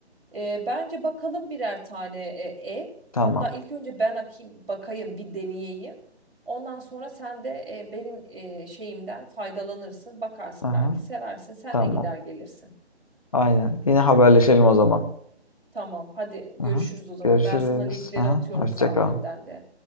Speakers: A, on the right; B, on the left.
A: E, bence bakalım birer tane e, ev.
B: tamam.
A: Hatta ilk önce ben akayım, bakayım bir deneyeyim. Ondan sonra sen de e, benim e, şeyimden faydalanırsın. Bakarsın
B: Aha,
A: belki seversin. Sen
B: tamam.
A: de gider gelirsin.
B: Aynen. Yine haberleşelim o zaman.
A: Tamam, hadi görüşürüz
B: Aha,
A: o zaman.
B: görüşürüz.
A: Ben sana linkleri
B: Aha,
A: atıyorum
B: hoşça
A: sahibinden
B: kal.
A: de.